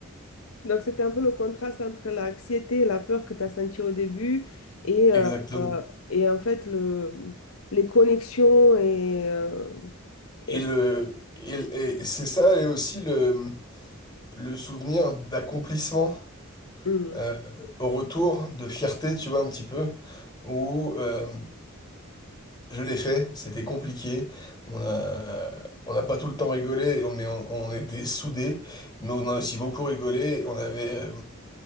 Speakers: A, on the left; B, on the left.
A: Donc, c'était un peu le contraste entre l'anxiété et la peur que tu as senti au début et,
B: Exactement.
A: euh, euh, et en fait le, les connexions et, euh, et-
B: Et le, et et c'est ça, et aussi le, le souvenir d'accomplissement
A: hum.
B: euh, au retour de fierté, tu vois, un petit peu, où euh, je l'ai fait, c'était compliqué, on a, on n'a pas tout le temps rigolé, on- mais on, on était soudés, mais on a aussi beaucoup rigolé, on avait... euh,